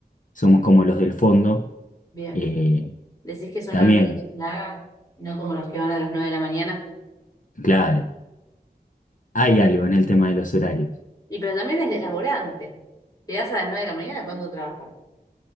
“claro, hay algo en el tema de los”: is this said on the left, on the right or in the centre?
Left